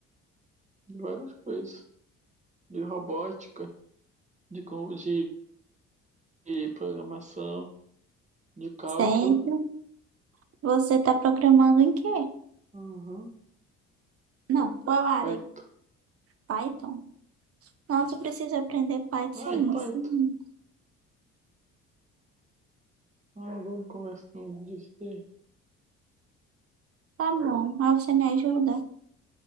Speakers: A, on the right; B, on the right.
A: De várias coisas. De robótica, de, com- de de programação, de cálculo.
B: Sério? Você está programando em quê?
A: Aham.
B: Não, qual área?
A: Python.
B: Python? Nossa, eu preciso aprender Python.
A: Ah, em
B: me
A: Python.
B: ensina.
A: Ah, vamos conversando disso aí.
B: Tá bom, mas você me ajuda?